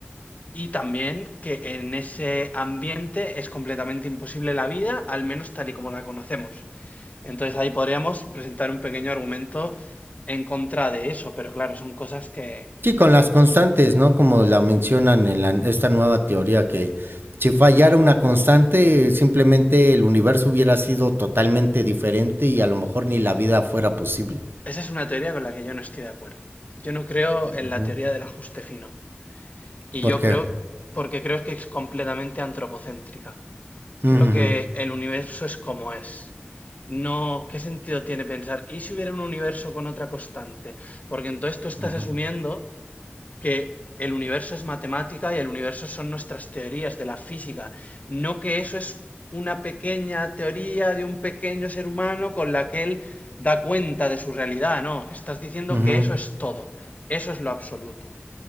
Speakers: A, on the left; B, on the right.
A: y también que en ese ambiente es completamente imposible la vida, al menos tal y como la conocemos. Entonces ahí podríamos presentar un pequeño argumento en contra de eso, pero claro, son cosas que...
B: Sí, con las constantes, ¿no? Como la mencionan en la- esta nueva teoría, que si fallara una constante, simplemente el universo hubiera sido totalmente diferente y a lo mejor ni la vida fuera posible.
A: Esa es una teoría con la que yo no estoy de acuerdo. Yo no creo en
B: Ujú.
A: la teoría del ajuste fino. Y
B: ¿Por
A: yo
B: qué?
A: creo, porque creo que es completamente antropocéntrica.
B: Ujú,
A: Creo que el universo es como es. No, ¿qué sentido tiene pensar? ¿Y si hubiera un universo con otra constante? Porque entonces tú estás
B: ujú,
A: asumiendo que el universo es matemática y el universo son nuestras teorías de la física, no que eso es una pequeña teoría de un pequeño ser humano con la que él da cuenta de su realidad, no, estás diciendo
B: ujú.
A: que eso es todo, eso es lo absoluto.